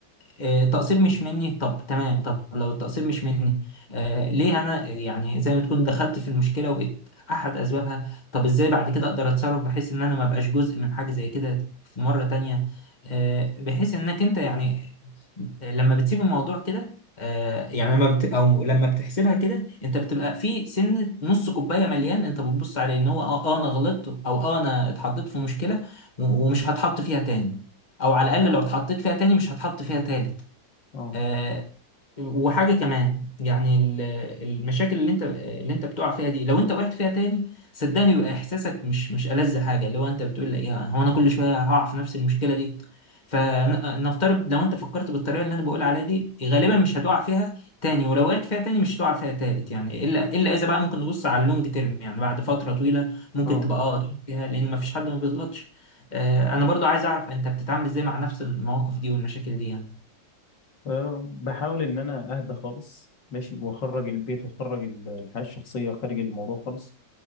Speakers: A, on the left (about 25°); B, on the left (about 70°).
A: آه، التقصير مش مني طب تمام طب لو التقصير مش مني آه ليه انا يعني زي ما تكون دخلت في المشكله وبقيت احد اسبابها طب ازاي بعد كده اقدر اتصرف بحيث ان انا ما ابقاش جزء من حاجه زي كده في مره تانية آه بحيث انك انت يعني لما بتسيب الموضوع كده آه يعني لما بت او لما بتحسبها كده انت بتبقى في سنه نص كوبايه مليان انت بتبص عليه ان هو اه آه، انا غلطت او اه انا اتحطيت في مشكله و- ومش هتحط فيها تاني او على الاقل لو اتحطيت فيها تاني مش هتحط فيها تالت
B: اه
A: آه، وحاجة كمان يعني ال- المشاكل اللي انت اللي انت بتقع فيها دي لو انت وقعت فيها تاني صدقني بيبقى احساسك مش مش ألذ حاجة اللي هو انت بتقول لي يا هو انا كل شوية هقع في نفس المشكلة دي فنفترض لو انت فكرت بالطريقة اللي انا بقول عليها دي غالبا مش هتقع فيها تاني ولو وقعت فيها تاني مش هتقع فيها تالت يعني الا الا اذا بقى ممكن نبص على اللونج تيرم يعني بعد فترة طويلة ممكن
B: اه
A: تبقى اه تقع فيها لان مفيش حد ما بيغلطش آه، انا برضو عايز اعرف انت بتتعامل ازاي مع نفس المواقف دي والمشاكل دي يعني
B: أه بحاول إن أنا أهدى خالص ماشي وأخرج البيت وأخرج ال- الحياة الشخصية خارج الموضوع خالص